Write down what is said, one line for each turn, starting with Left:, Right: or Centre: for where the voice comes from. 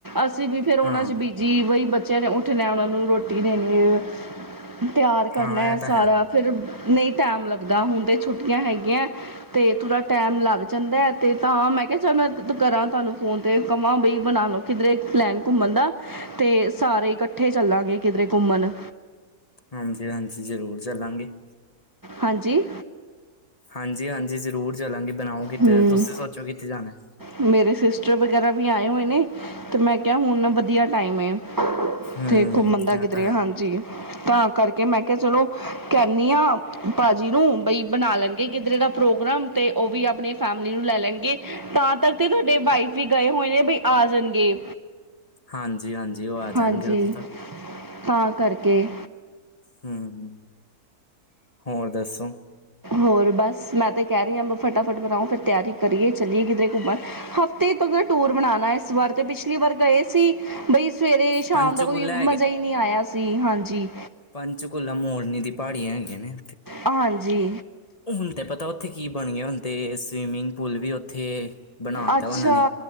Right: ਅਸੀਂ ਵੀ ਫਿਰ ਉਹਨਾਂ
Left: ਹਾਂ
Right: 'ਚ ਬੀਜੀ ਬਈ। ਬੱਚਿਆਂ ਨੇ ਉੱਠਣਾ ਉਹ ਨੂੰ ਰੋਟੀ ਦੇਣੀ। ਤਿਆਰ ਕਰਨਾ
Left: ਹਾਂ ਇਹ ਤਾਂ
Right: ਸਾਰਾ
Left: ਹੈ
Right: ਫਿਰ। ਨਹੀਂ ਟਾਈਮ ਲੱਗਦਾ ਹੁਣ ਤਾਂ ਛੁੱਟੀਆਂ ਹੈਗੀਆਂ ਤੇ ਥੋੜ੍ਹਾ ਟਾਈਮ ਲੱਗ ਜਾਂਦਾ ਤੇ ਤਾਂ ਮੈਂ ਕਿਹਾ ਚਲ ਮੈਂ ਕਰਾਂ ਤੁਹਾਨੂੰ ਫੋਨ ਤੇ ਕਹਾਂ ਬਈ ਬਣਾ ਲਓ ਕਿੱਧਰੇ ਪਲੈਨ ਘੁੰਮਣ ਦਾ। ਤੇ ਸਾਰੇ ਇਕੱਠੇ ਚੱਲਾਂਗੇ। ਕਿਧਰੇ ਘੁੰਮਣ।
Left: ਹਾਂਜੀ ਹਾਂਜੀ ਜ਼ਰੂਰ ਚੱਲਾਂਗੇ।
Right: ਹਾਂਜੀ।
Left: ਹਾਂਜੀ ਹਾਂਜੀ ਜ਼ਰੂਰ ਚੱਲਾਂਗੇ। ਬਣਾਓ ਕਿੱਥੇ
Right: ਹੂੰ
Left: ਤੁਸੀਂ ਸੋਚੋ ਕਿੱਥੇ ਜਾਣਾ?
Right: ਮੇਰੇ ਸਿਸਟਰ ਵਗੈਰਾ ਵੀ ਆਏ ਹੋਏ ਨੇ ਤੇ ਮੈਂ ਕਿਹਾ ਹੁਣ ਵਧੀਆ ਟਾਈਮ ਹੈ।
Left: ਹੂੰ
Right: ਤੇ ਘੁੰਮਣਦਾ ਕਿਧਰੇ
Left: ਇਹ ਤਾਂ ਹੈ
Right: ਹਾਂਜੀ। ਤਾਂ ਕਰਕੇ ਮੈਂ ਕਿਹਾ ਚਲੋ ਕਹਿਣੀ ਭਾਜੀ ਨੂੰ ਬਈ ਬਣਾ ਲੈਣਗੇ ਕਿਧਰੇ ਦਾ ਪ੍ਰੋਗਰਾਮ ਤੇ ਉਹ ਵੀ। ਆਪਣੀ ਫੈਮਲੀ ਨੂੰ ਲੈ ਲੈਣਗੇ ਤਾਂ ਤੱਕ ਤੇ ਤੁਹਾਡੇ ਵਾਈਫ ਵੀ ਗਏ ਹੋਏ ਨੇ ਬਈ ਆ ਜਾਣਗੇ।
Left: ਹਾਂਜੀ ਹਾਂਜੀ ਉਹ ਆ ਜਾਣਗੇ
Right: ਹਾਂਜੀ
Left: ਉਦੋਂ ਤੱਕ।
Right: ਤਾਂ ਕਰਕੇ।
Left: ਹੂੰ ਹੋਰ ਦੱਸੋ?
Right: ਹੋਰ ਬਸ ਮੈਂ ਤੇ ਕਹਿ ਰਹੀ ਹਾਂ ਫਟਾਫਟ ਬਣਾਓ ਫਿਰ ਤਿਆਰੀ ਕਰੀਏ ਚੱਲਏ ਕਿਧਰੇ ਘੁੰਮਣ ਹਫ਼ਤੇ ਤੱਕ ਟੂਰ ਬਣਾਉਣਾ ਇਸ ਵਾਰ ਤੇ ਪਿਛਲੀ ਵਾਰ ਗਏ ਸੀ ਬਈ। ਸਵੇਰੇ ਸ਼ਾਮ
Left: ਪੰਚਕੂਲਾ
Right: ਦਾ ਕੋਈ ਮਜ਼ਾ ਹੀ ਨਹੀਂ ਆਇਆ ਸੀ ਹਾਂਜੀ। ਜੀ।
Left: ਪੰਚਕੁਲਾ ਮੋਰਨੀ ਦੀ ਪਹਾੜੀਆਂ ਹੈਗੀਆਂ ਨੇ।
Right: ਹਾਂਜੀ
Left: ਹੁਣ ਤੇ ਪਤਾ ਔ ਕੀ ਬਣਿਏ ਹੁਣ ਤੇ ਸਵੀਮਿੰਗ ਪੂਲ ਵੀ ਉੱਥੇ ਬਣਾ
Right: ਅੱਛਾ
Left: ਤਾ ਉਹਨਾਂ ਨੇ